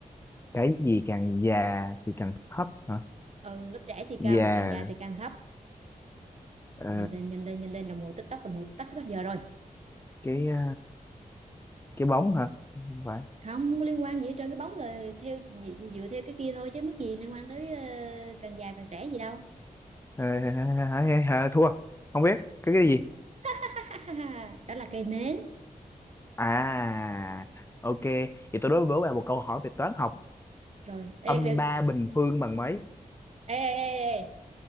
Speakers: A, on the left; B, on the right.
A: cái gì càng già thì càng thấp hả
B: ừ lớp trẻ thì
A: già
B: cao mà càng già thì càng thấp
A: ờ,
B: nhìn lên nhìn lên nhìn lên đồng hồ tích tắc đồng hồ tích tắc sắp hết giờ rồi
A: cái ờ, cái bóng hả không phải
B: không không có liên quan gì hết trơn cái bóng là theo dựa, dựa theo cái kia thôi chứ mất gì liên quan tới ờ, càng già càng trẻ gì đâu
A: Ờ, hả, hả, hả, thua không biết cái cái gì
B: <laughs> đó là cây nến
A: à ok vậy tôi đối với bạn một câu hỏi về toán học
B: rồi ê
A: âm
B: được
A: ba bình phương bằng mấy
B: ê, ê, ê, ê.